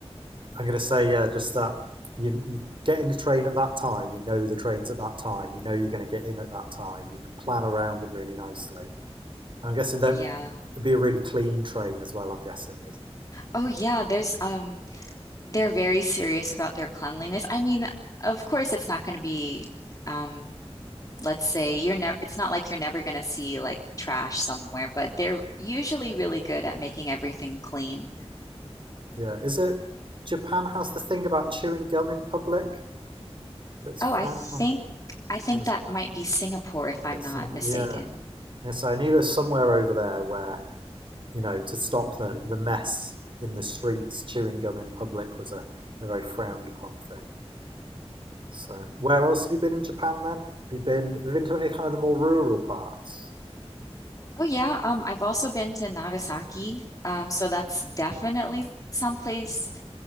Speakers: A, on the right; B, on the left.
A: I'm going to say yeah just that you, you get in the train at that time you know the trains at that time you know you're going to get in at that time you can plan around it really nicely And I'm guessing that
B: Yeah.
A: it'd be a really clean train as well I'm guessing there's
B: Oh, yeah, there's um they're very serious about their cleanliness. I mean, of course, it's not going to be, um, let's say you're never, it's not like you're never going to see like trash somewhere, but they're usually really good at making everything clean.
A: Yeah, is it Japan has the thing about chewing gum in public that's
B: Oh, I
A: frowned
B: think,
A: upon?
B: I think
A: Or is
B: that
A: that,
B: might be Singapore if
A: is
B: I'm
A: that
B: not
A: Singapore?
B: mistaken.
A: Yeah. And so I knew there's somewhere over there where, you know, to stop the, the mess in the streets, chewing gum in public was a, a very frowned upon thing. So where else have you been in Japan then? Have you been have you been to any kind of the more rural parts?
B: Oh yeah, um, I've also been to Nagasaki, um, so that's definitely someplace